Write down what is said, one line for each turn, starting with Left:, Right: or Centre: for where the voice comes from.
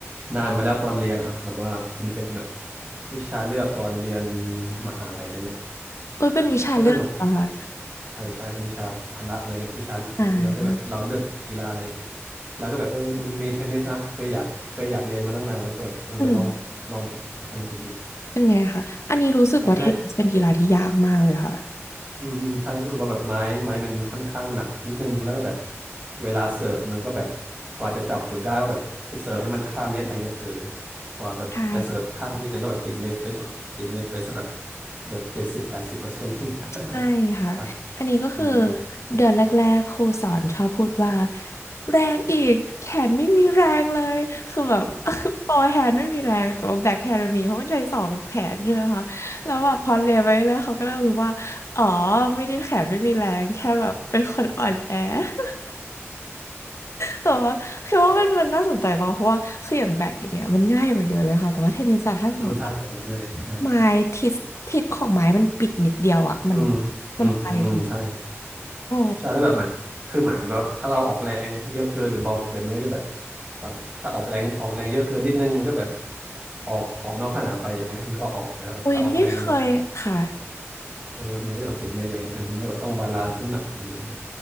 Right: นานมาแล้วตอนเรียนนะครับ แบบว่ามันเป็นแบบวิชาเลือกตอนเรียนมหาลัยอะไรเงี้ย
Left: เอ้ยเป็นวิชาเลือกเหรอคะ
Right: ก็สนุกดีใช่ใช่เป็นวิชาแบบพละอะไรเงี้ยวิชาเลือกก็แบบเราเลือกกีฬาอะไร
Left: อ่า
Right: แล้วก็แบบเออมันมีเทนนิสนะเคยอยากเคยอยากเรียนมาตั้งนานแล้วก็แบบเออลองลองไปสนุกดี
Left: อืมเป็นไงคะอันนี้รู้สึกว่าเทนนิสเป็นกีฬาที่ยากมากเลยค่ะ
Right: แรกๆอืมอืมใช่รู้สึกว่าแบบไม้ไม้มันค่อนข้างหนักนิดนึงแล้วก็แบบเวลาเสิร์ฟมันก็แบบกว่าจะจับจุดได้ว่าแบบให้เสิร์ฟให้มันข้ามเน็ตอะไรเงี้ยเออกว่าแบบจะเสิร์ฟข้ามทีนึงก็แบบติดเน็ตไปสติดเน็ตไปซะแบบ
Left: ใช่
Right: เกือบเจ็ดสิบแปดสิบเปอร์เซ็นต์อะไรเงี้ย <laughs>
Left: ใช่ค่ะอันนี้ก็คือ
Right: อ่ะอืม
Left: เดือนแรกๆครูสอนชอบพูดว่าแรงอีกแขนไม่มีแรงเลยคือแบบ <laughs> โฟอร์แฮนด์ไม่มีแรงแต่ว่าแบ็คแฮนด์มีเพราะมันใช้สองแขนใช่ไหมคะแล้วแบบพอเรียนไปเรื่อยเขาก็เริ่มรู้ว่าอ๋อไม่ได้แขนไม่มีแรงแค่แบบเป็นคนอ่อนแอ <laughs> แต่ว่าคิดว่ามันมันน่าสนใจมากเพราะว่าคืออย่างแบดอย่างเงี้ยมันง่ายกว่าเยอะเลยค่ะแต่ว่าเทนนิสอะถ้าสมมติว่า
Right: อืมใช่แบบนั้นเลยใช่
Left: ไม้ทิศทิศของไม้มันบิดนิดเดียวอ่ะมัน
Right: อืมอืมอืมอืมใช่
Left: มันไปเลยอะโอ้
Right: ใช่แล้วแบบเหมือนคือเหมือนแบบถ้าเราออกแรงเยอะเกินหรือเบาเกิน มันก็จะแบบบางถ้าออกแรงออกแรงเยอะเกินนิดนึงมันก็แบบออกออกนอกสนามไปใช่ไหมมันก็ออกแต่ถ้าถ้าออกแรงแบบ
Left: อุ้ยไม่เคยค่ะ
Right: เออมันก็จะแบบติดเน็ตอะไรเงี้ยเออมันก็แบบต้องบาลานซ์น้ำหนักดีๆอะไรเงี้ย